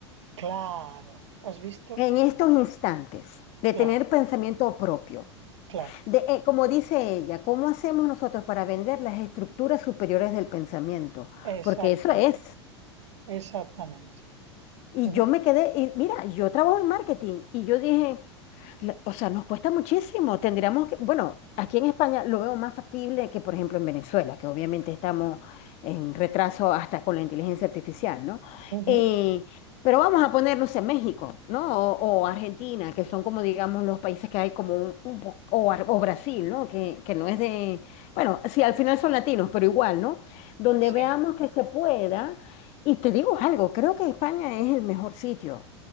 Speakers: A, on the right; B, on the left.
A: Claro, ¿has visto?
B: En estos instantes, de
A: Claro,
B: tener pensamiento propio,
A: claro.
B: De, eh, como dice ella, ¿cómo hacemos nosotros para vender las estructuras superiores del pensamiento?
A: Exactamente,
B: Porque eso es.
A: exactamente.
B: Y
A: Ujú,
B: yo me quedé, y mira, yo trabajo en marketing y yo dije, la- O sea, nos cuesta muchísimo. Tendríamos que, bueno, aquí en España lo veo más factible que, por ejemplo, en Venezuela, que obviamente estamos en retraso hasta con la inteligencia artificial, ¿no?
A: ujú.
B: Eh, pero vamos a poner, no sé, México, ¿no? O, o Argentina, que son como, digamos, los países que hay como un, un po- o, Ar- o Brasil, ¿no? Que, que no es de, bueno, sí, al final son latinos, pero igual, ¿no? Donde
A: Sí,
B: veamos que se pueda. Y te digo algo, creo que España es el mejor sitio